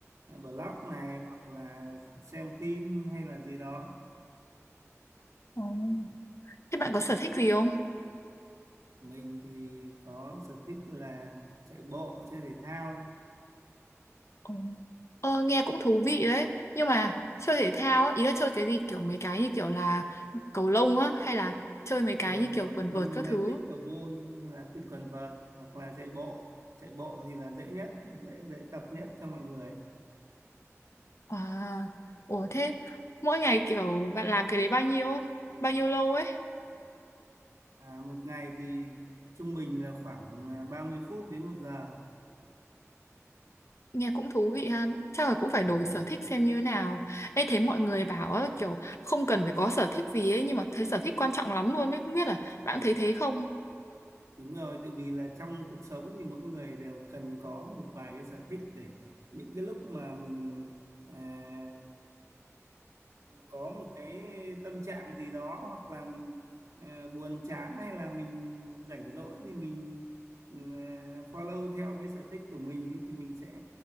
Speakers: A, on the right; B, on the left.
A: à, blog này hoặc là xem phim hay là gì đó
B: Ờ. Thế bạn có sở thích gì không?
A: mình thì có sở thích là chạy bộ chơi thể thao
B: Ồ. Ờ, nghe cũng thú vị đấy nhưng mà chơi thể thao á, ý là chơi cái gì kiểu mấy cái như kiểu là cầu lông á hay là chơi mấy cái
A: cầu
B: như kiểu
A: cầu
B: quần
A: lông
B: vợt các thứ
A: hay pickleball hay là picklevert hoặc là chạy bộ chạy bộ thì là dễ nhất dễ dễ tập nhất cho mọi người
B: à ủa thế mỗi ngày kiểu bạn làm cái đấy bao nhiêu bao nhiêu lâu ấy
A: à, một ngày thì trung bình là khoảng à, 30 phút đến một giờ
B: nghe cũng thú vị ha chắc là cũng phải
A: Ừ.
B: đổi sở thích xem như nào Ê thấy mọi người bảo á, kiểu không cần phải có sở thích gì ấy nhưng mà thấy sở thích quan trọng lắm luôn đấy không biết là bạn thấy thế không
A: Đúng rồi, tại vì là trong cuộc sống thì mỗi người đều cần có một vài cái sở thích để những cái lúc mà mình à, có một cái tâm trạng gì đó hoặc là mình à, buồn chán hay là mình rảnh rỗi thì mình ừ, à, follow theo cái sở thích của mình ấy, thì mình sẽ